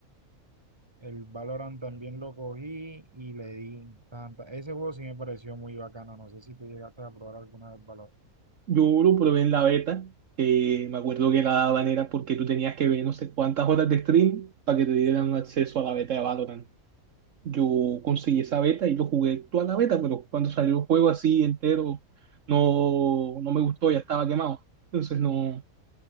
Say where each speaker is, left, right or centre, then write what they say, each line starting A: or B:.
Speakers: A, on the right; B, on the right.
A: El Valorant también lo cogí y le di tanta. Ese juego sí me pareció muy bacana, no sé si tú llegaste a probar alguna vez Valorant.
B: Yo lo probé en la beta, que me acuerdo que la daban era porque tú tenías que ver no sé cuántas horas de stream para que te dieran un acceso a la beta de Valorant. Yo conseguí esa beta y lo jugué toda la beta, pero cuando salió el juego así entero, no, no me gustó, ya estaba quemado. Entonces no,